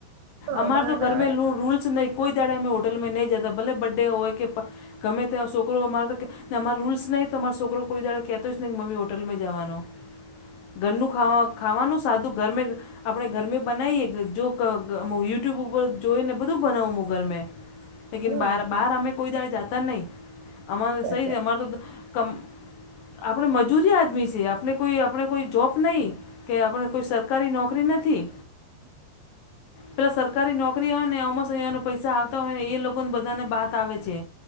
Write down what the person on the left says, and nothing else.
અમારે
તો ઘરમે લું રૂલ્સ નહીં કોઈ દાડે અમે હોટલમાં નહી જતા ભલે બર્થડે હોય કે પ ગમે ત્યાં છોકરો હો અમારતો કે અમારા રૂલ્સ નહીં ત અમારો કોઈ દાડ કહેતો જ નહીં કે મમી હોટલમાં જવાનો. ઘરનું ખાવા ખાવાનું સાદું ઘર મે આપણે ઘરમે બનાવીએ કે જો કક યુટ્યુબ ઉપર જોઈ ને બધું બનાવું મુ ઘર મેં.
લેકીન બાર
બહાર અમે કોઈ દાડે જાતા નહીં અમારે સહી
અમારે તો કમ આપણે મજૂરી આદમી છે આપણે કોઈ આપણે કોઈ જોબ નહીં. કે આપણે કોઈ સરકારી નોકરી નથી.
પેલા સરકારી નોકરી હોય ને અમસને પૈસા આવતા હોય ને એ લોકો ને બધાને બાત આવે છે